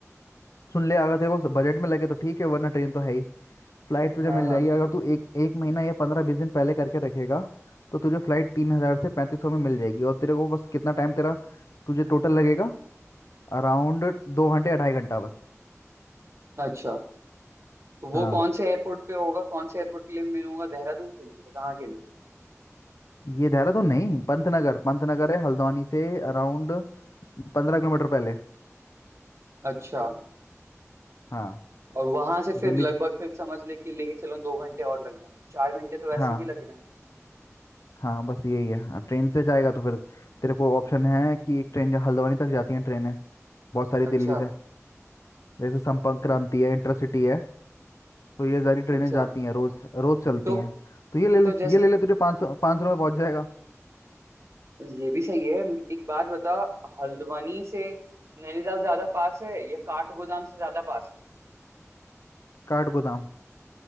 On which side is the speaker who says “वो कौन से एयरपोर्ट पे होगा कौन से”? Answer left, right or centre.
Right